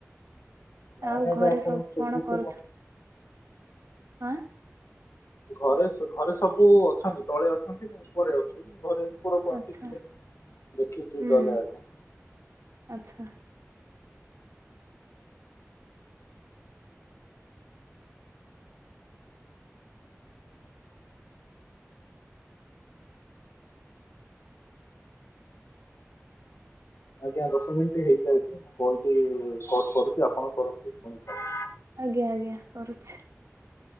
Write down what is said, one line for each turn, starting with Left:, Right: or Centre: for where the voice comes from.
Left: ନାଇଁ
Right: ଆଉ
Left: ଆଜ୍ଞା
Right: ଘରେ
Left: ଆପଣ
Right: ସବୁ
Left: ଶୁଭୁଥିବ
Right: କଣ କରୁଛ? ଆଁ।
Left: ଘରେ ଘରେ ସବୁ ଅଛନ୍ତି ତଳେ ଅ ମୁଁ ଉପରେ ଅଛି ଘରେ ଉପରକୁ
Right: ଆଚ୍ଛା।
Left: ଆସିଥିଲେ ଦେଖିକି
Right: ହୁଁ
Left: ଗଲେ ଆଜ୍ଞା।
Right: ଆଚ୍ଛା।
Left: ଆଜ୍ଞା ଦଶ ମିନିଟ ହେଇଯାଉଛି ମୁଁ କଲ ଟି କଟ କରୁଛି ଆପଣ କରନ୍ତୁ ପୁଣି ଖାଉ
Right: ଆଜ୍ଞା ଆଜ୍ଞା କରୁଛି।